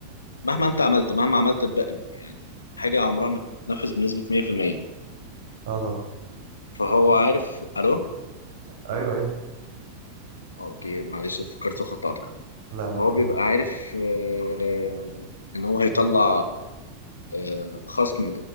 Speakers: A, on the left; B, on the right.
A: مهما أنت عملت مهما عملت بقى يعني حاجة عمرها ما تتنفذ بنسبة 100%
B: اه طبعا
A: فهو عارف ألو
B: ايوه ايوه
A: أوكي معلش فكرت خطأت
B: لا لا
A: فهو بيبقى
B: عادي
A: عارف آه، إن هو هيطلع آه، خصم